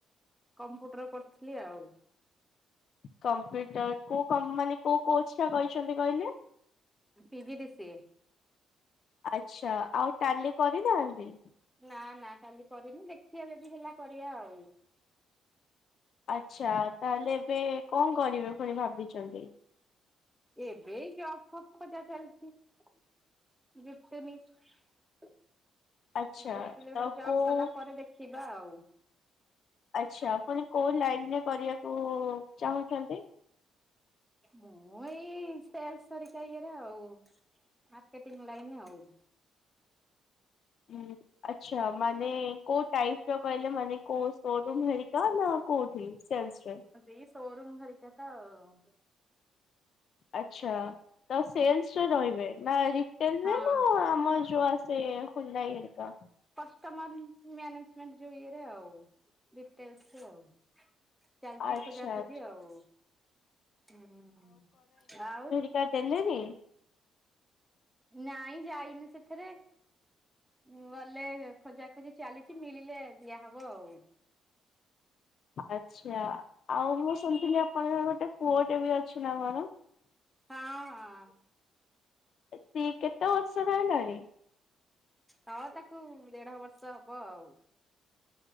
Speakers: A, in the centre; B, on the left.
A: କମ୍ପୁଟର କରିଥିଲି ଆଉ।
B: କମ୍ପ୍ୟୁଟର କୋଉ କଂପ ମାନେ କୋଉ କୋର୍ସଟା କହିଛନ୍ତି କହିଲେ?
A: ପିଜିିଡିସିଏ।
B: ଆଛା ଆଉ ଟାଲି କରି ନାହାନ୍ତି?
A: ନାଁ ନାଁ ଟାଲି କରିନି ଦେଖିଆ ଯଦି ହେଲା କରିବ ଆଉ।
B: ଆଚ୍ଛା ତାହେଲେ ଏବେ କଣ କରିବେ ଫୁଣି ଭାବିଚନ୍ତି?
A: ଏବେ ଏଇ ଜବ ଫପ୍ ଖୋଜା ଚାଲିଚି। <unintelligible> ଜୁଟେନି ଜୁଟିଲେ
B: ଆଚ୍ଛା
A: ତ ଜବ୍
B: କୋଉ
A: କଲା ପରେ ଦେ ଖିବା ଆଉ।
B: ଆଚ୍ଛା ଫୁଣି କୋଉ ଲାଇନରେ କରିବାକୁ ଚାହୁଁଚନ୍ତି?
A: ମୁଁ ଏଇ ସେଲସ୍ ହେରିକା ଇଏରେ ଆଉ ମାର୍କେଟିଙ୍ଗ ଲାଇନ୍ ଆଉ।
B: ହୁଁ। ଆଚ୍ଛା ମାନେ କୋଉ ଟାଇପର କହିଲେ ମାନେ କୋଉ ସୋରୁମ ହେରିକା ନା କୋଉଠି? ସେଲସରେ।
A: ଏଇ ସୋରୁମ୍ ହେରିକା ତ ଆଉ।
B: ଆଚ୍ଛ। ତ ସେଲସରେ ରହିବେ ନା ରିଟେଲରେ
A: ହଁ
B: ନା ଆମର ଯୋଉ ଆସେ ହୋଲାଇ ହେରିକା?
A: ତମନ ମ୍ୟାନେଜମେଣ୍ଟ ଯୋଉ ଇଏରେ ଆଉ ରିଟେଲସରେ ଆଉ। ଚାଲିଚି
B: ଆଚ୍ଛା
A: ଖୋଜା ଖୋଜି
B: ଆଚ୍ଛା
A: ଆଉ ହୁଁ ଆଉ।
B: ହେଟା ଡେଲନି।
A: ନାଇଁ ଯାଇନି ସେଥେରେ। ମୁଁ ଗଲେ ଖୋଜାଖୋଜି ଚାଲିଚି ମିଳିଲେ ଦିଆ ହବ ଆଉ।
B: ଆଚ୍ଛା ଆଉ ମୁଁ ଶୁଣିଥିଲି ଆପଣ ଜଣେ ଗୋଟେ ପୁଅଟେ ବି ଅଛି ନା କଣ?
A: ହଁ ଅଁ।
B: ସେ କେତେ ବର୍ଷର ହେଲାଣି?
A: ହଁ ତାକୁ ଦେଢ ବର୍ଷ ହବ ଆଉ।